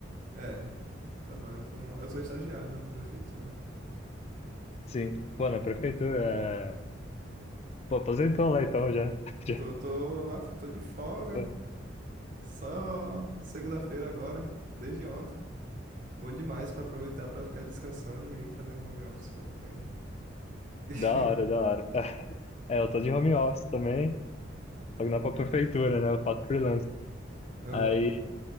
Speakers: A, on the right; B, on the left.
A: É, trabalho com... Eu sou estagiário da prefeitura.
B: Sim. Pô, na prefeitura. é, Pô, aposentou lá então já. <laughs> Já.
A: Tô, tô, na, tô de folga.
B: Pô,
A: Só segunda-feira agora, desde ontem. Bom demais pra aproveitar pra ficar descansando e fazendo home office quando tem. <laughs>
B: da hora, da hora. <laughs> É, eu tô de home office também, só que não é pra prefeitura, né? Eu faço freelance.
A: Aham.
B: Aí,